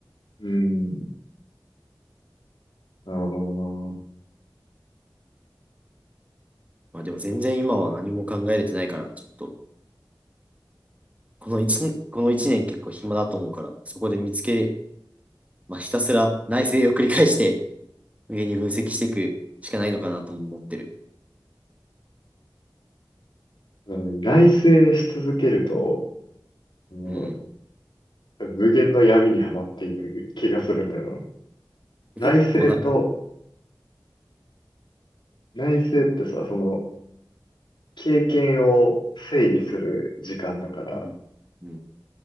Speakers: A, on the left; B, on the right.
A: うん。なるほ
B: まあでも全然今は何も考えれてないから、ちょっとこの1この一年結構暇だと思うから、そこで見つけ、まあ、ひたすら内省を繰り返して、無限に分析していくしかないのかなとも思ってる。
A: どな。うん。内省し続けると、その
B: うん。
A: 無限の闇にはまっていく気がするんだよな。内省と、
B: 結構な、う
A: 内省ってさ、その、経験を整理する時間だから、
B: ん、うん、